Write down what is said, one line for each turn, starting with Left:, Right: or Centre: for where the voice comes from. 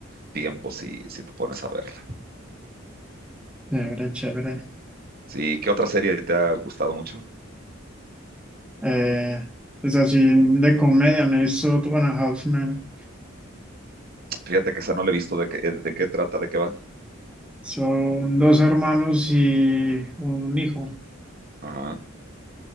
Right: tiempo si, si te pones a verla.
Centre: Chévere, chévere.
Right: Sí, ¿qué otra serie te ha gustado mucho?
Centre: Eh, pues así de comedia, me he visto Two and a Half Men.
Right: Fíjate que esa no la he visto de qué, de qué trata, de qué va.
Centre: Son dos hermanos y un hijo.
Right: Ajá,